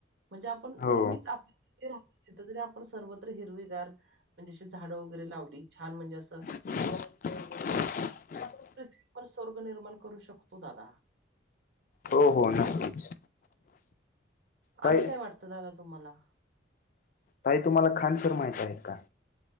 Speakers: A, on the right (about 85°); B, on the left (about 45°).
A: म्हणजे आपण
B: हो
A: नेहमीच आप राहतो तिथे जरी आपण सर्वत्र हिरवीगार म्हणजे अशी झाडं वगैरे लावली, छान म्हणजे असं
B: <unintelligible>
A: पृथ्वी पण स्वर्ग निर्माण करू शकतो, दादा.
B: हो-हो, नक्कीच. ताई
A: आणि काय वाटतं, दादा, तुम्हाला?
B: ताई तुम्हाला खान सर माहित आहेत का?